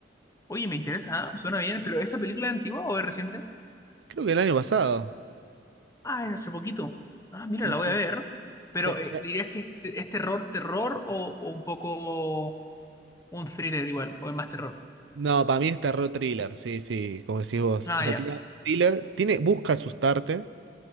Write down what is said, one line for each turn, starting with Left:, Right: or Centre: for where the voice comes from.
Left: oye, me interesa, ¿ah? Suena bien, pero ¿esa película es antigua o es reciente?
Right: Creo que el año pasado.
Left: Ah, es hace poquito. Ah, mira,
Right: Sí,
Left: la
Right: sí.
Left: voy a ver. Pero
Right: Ya-
Left: eh,
Right: ya-
Left: ¿dirías que este, es terror, terror o, o un poco un thriller igual? ¿O es más terror?
Right: No, para mí está re thriller, sí, sí, como decís vos.
Left: Ah,
Right: O sea,
Left: ya.
Right: tiene un thriller, tiene, busca asustarte,